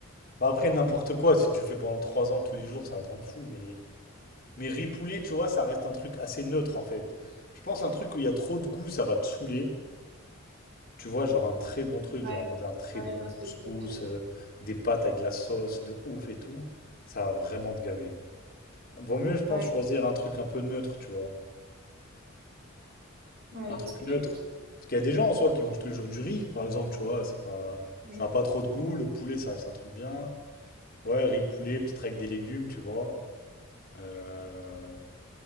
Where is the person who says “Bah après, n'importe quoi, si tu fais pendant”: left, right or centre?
Left